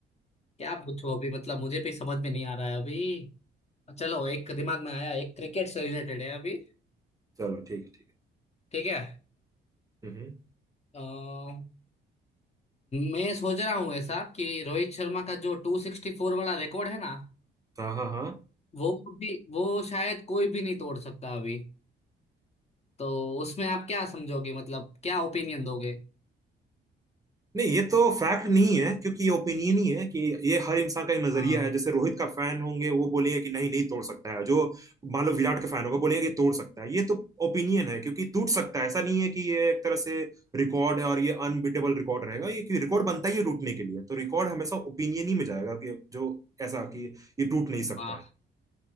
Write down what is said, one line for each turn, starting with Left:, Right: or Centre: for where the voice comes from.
Left: क्या पूछो अभी मतलब मुझे भी समझ में नहीं आ रहा है अभी चलो एक दिमाग में आया एक क्रिकेट से रिलेटेड है अभी
Right: चलो ठीक है ठीक
Left: ठीक है
Right: है हम्म हम्म।
Left: अ, मैं सोच रहा हूँ ऐसा कि रोहित शर्मा का जो टू सिक्सटी फोर वाला रिकॉर्ड है ना
Right: हाँ हाँ हाँ
Left: वो भी वो शायद कोई भी नहीं तोड़ सकता अभी तो उसमें आप क्या समझोगे मतलब क्या ओपिनियन दोगे
Right: नहीं ये तो फैक्ट नहीं है क्योंकि ये ओपिनियन ही है कि ये हर इंसान का एक नजरिया
Left: हाँ
Right: है जैसे रोहित का फैन होंगे वो बोलेंगे कि नहीं नहीं तोड़ सकता है जो मान लो विराट का फैन होगा बोलेंगे कि तोड़ सकता है ये तो ओपिनियन है क्योंकि टूट सकता है ऐसा नहीं है कि ये एक तरह से रिकॉर्ड है और ये अनबीटेबल रिकॉर्ड रहेगा ये कि रिकॉर्ड बनता ही है टूटने के लिए तो रिकॉर्ड हमेशा ओपिनियन ही में जाएगा कि जो ऐसा कि ये टूट नहीं सकता
Left: वाह
Right: है